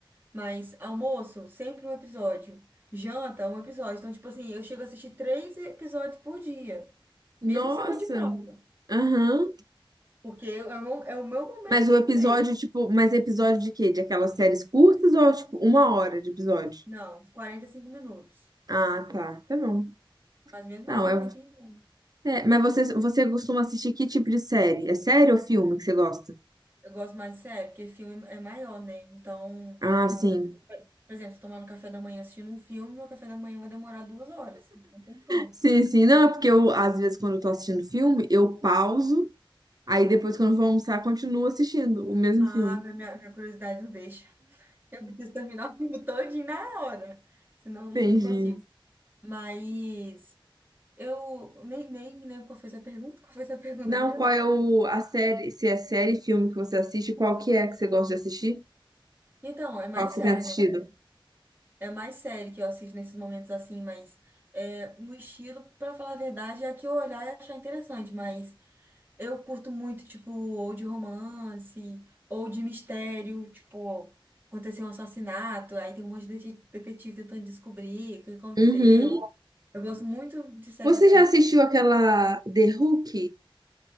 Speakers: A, on the right; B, on the right.
A: Mas almoço, sempre um episódio. Janta, um episódio. Então, tipo assim, eu chego a assistir três episódios por dia,
B: Nossa!
A: mesmo em semana de prova.
B: Aham.
A: Porque eu- é o meu é o meu momento
B: Mas
A: de
B: o episódio,
A: comer.
B: tipo, mas episódio de quê? De aquelas séries curtas ou, tipo, uma hora de episódio?
A: Não, uns 45 minutos.
B: Ah, tá. Tá bom.
A: Mas mesmo
B: Não,
A: assim
B: é
A: é um tempinho bom.
B: É, mas você, você costuma assistir que tipo de série? É série ou filme que você gosta?
A: Eu gosto mais de série, porque filme é maior, né? Então,
B: Ah,
A: tipo.
B: sim.
A: Por exemplo, se tomar no café da manhã assistindo um filme, meu café da manhã vai demorar duas horas. Não tem como.
B: Sim, sim. Não, é porque eu, às vezes, quando eu tô assistindo filme, eu pauso, aí depois, quando eu vou almoçar, continuo assistindo o mesmo
A: Ah,
B: filme.
A: minha, minha minha curiosidade não deixa. Eu preciso terminar o filme todinho na hora. Senão eu
B: Entendi.
A: não consigo. Mas eu nem, nem lembro qual foi sua pergunta. Qual foi sua pergunta
B: Não,
A: mesmo?
B: qual é o, a série, se é série, filme que você assiste, qual que é que você gosta de assistir?
A: Então, é mais
B: Qual que
A: sério,
B: você tem assistido?
A: né? É mais sério que eu assisto nesses momentos assim, mas é, o estilo, pra falar a verdade, é a que eu olhar e achar interessante, mas Eu curto muito, tipo, ou de romance, ou de mistério, tipo, aconteceu um assassinato, aí tem um monte de dete- detetive tentando descobrir o que aconteceu.
B: Uhum.
A: Eu gosto muito de série
B: Você
A: assim.
B: já assistiu aquela The Hook?